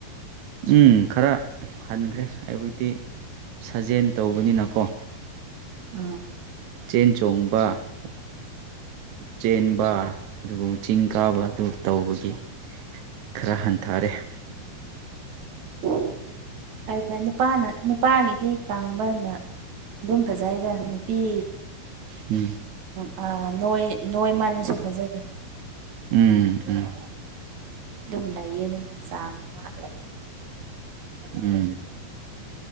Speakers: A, on the right; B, on the right.
A: ꯎꯝ ꯈꯔ ꯍꯟꯈ꯭ꯔꯦ ꯍꯥꯏꯕꯗꯤ ꯁꯥꯖꯦꯜ ꯇꯧꯕꯅꯤꯅꯀꯣ
B: ꯎꯝ
A: ꯆꯦꯟ ꯆꯣꯡꯕ ꯕꯥ ꯆꯦꯟꯕ ꯑꯗꯨꯒ ꯆꯤꯡ ꯀꯥꯕ ꯑꯗꯨ ꯇꯧꯕꯒꯤ ꯈꯔ ꯍꯟꯊꯔꯦ
B: ꯎꯝ ꯐꯔꯦ ꯐꯔꯦ ꯅꯨꯄꯥꯅ ꯅꯨꯄꯥꯒꯤꯗꯤ ꯀꯪꯕꯅꯦ ꯑꯗꯨꯝ ꯐꯖꯩꯗ ꯅꯨꯄꯤ
A: ꯎꯝ
B: ꯑ ꯅꯣꯏ ꯅꯣꯏ ꯃꯥꯜꯂꯁꯨ ꯐꯖꯗꯦ
A: ꯎꯝ ꯎꯝ
B: ꯑꯗꯨ ꯂꯩꯏꯌꯦ ꯑꯗꯨ ꯅꯥꯡꯉ
A: ꯎꯝ